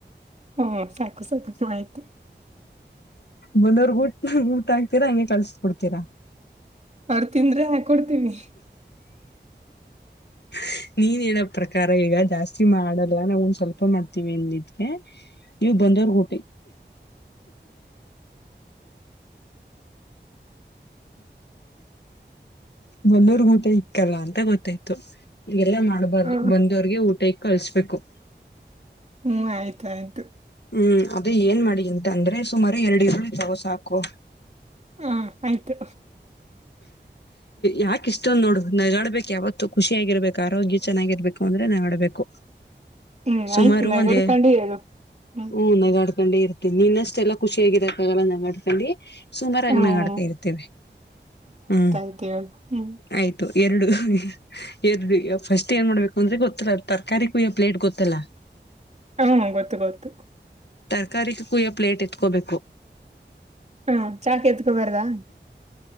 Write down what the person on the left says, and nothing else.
ಬಂದವರಿಗೆ ಊಟ್ ಊಟ ಆ ಕೊಡ್ತೀರಾ ಹಂಗೆ ಕಳ್ಸ್ಬಡ್ತೀರಾ
ಹ್ಮ ನೀನ್ ಹೇಳೋ ಪ್ರಕಾರ ಈಗ ಜಾಸ್ತಿ ಮಾಡಲ್ ನಾವೊಂದ್ ಸ್ವಲ್ಪ ಮಾಡ್ತೀವಿದಗೆ ನೀವು ಬಂದವರಿಗೆ ಊಟ ಬಂದವರಿಗೆ ಊಟ ಇಕ್ಕಲ್ಲ ಅಂತ ಗೊತ್ತಾಯ್ತು ಹಾಗೆಲ್ಲ ಮಾಡ್ಬಾರ್ದು
ಬಂದವ್ರಿಗೆ ಊಟ ಇಕ್ಕಿ ಕಳ್ಸ್ಬೇಕು
ಹ್ಮ್ ಅದೇ ಏನ್ ಮಾಡಿ ಅಂತ ಅಂದ್ರೆ ಸುಮಾರು ಎರಡು ಇರುಳ ಇದ್ದಾವ ಸಾಕು
ಯಾಕ ಇಷ್ಟೊಂದ್ ನೋಡ ನಾ ಆಡ್ಬೇಕಕ್ ಯಾವತ್ತು ಖುಷಿಯಾಗಿರ್ಬೇಕ ಆರೋಗ್ಯ ಚೆನ್ನಾಗಿರ್ಬೇಕು ಅಂದ್ರೆ ನಾ ಆಡ್ಬೇಕು
ಸುಮಾರವದ
ಹ ನಗ ಕೊಂಡೆ ಇರುತ್ತ ನಿನ್ನಷ್ಟೆ ಎಲ್ಲ ಖುಷಿಿಯಗಿದೆಕ್ಕಾಗಲ್ಲ ನ ಮಾಡ್ಕೊಂಡಿ ಸುಮಾರುಾಗಿನಡ್ತಾ
ಇರ್ತೇವೆ ಹ್ಮ್
ಆಯ್ತು ಎರಡು ಎರಡು ಫಸ್ಟ್ ಏನ್ ಮಾಡ್ಬೇಕು ಅಂದ್ರೆ ಗೊತ್ತಲ್ಲ ತರಕಾರಿ ಕೊಯ್ಯ ಪ್ಲೇಟ್ ಗೊತ್ತಲ್ಲಾ ಹ
ತರಕಾರಿ ಕುಯ್ಯೋ ಪ್ಲೇಟ್ ಎತ್ಕೋಬೇಕು